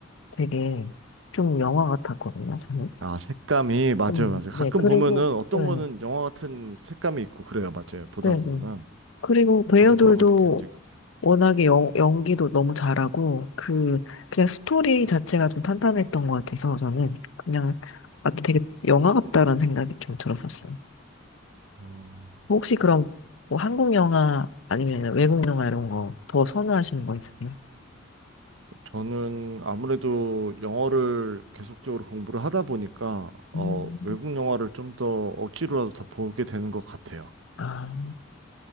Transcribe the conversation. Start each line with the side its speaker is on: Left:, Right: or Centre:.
Left: 되게 좀 영화 같았거든요, 저는.
Right: 아, 색감이 맞아요,
Left: 음,
Right: 맞아요.
Left: 네,
Right: 가끔
Left: 그리고,
Right: 보면은 어떤
Left: 네,
Right: 거는 영화 같은 색감이 있고 그래요, 맞아요. 보다
Left: 네,
Right: 보면은
Left: 네. 그리고 배우들도
Right: 저도 그런 거 느낀 적 있어요.
Left: 워낙에 연, 연기도 너무 잘하고, 그, 그냥 스토리 자체가 좀 탄탄했던 것 같아서 저는 그냥, 아, 되게 영화 같다라는 생각이 좀 들었었어요.
Right: 음,
Left: 혹시 그럼 뭐 한국 영화 아니면 외국 영화 이런 거 더 선호하시는 거 있으세요?
Right: 저는 아무래도 영어를 계속적으로 공부를 하다 보니까 어,
Left: 음.
Right: 외국 영화를 좀 더 억지로라도 더 보게 되는 것 같아요.
Left: 아,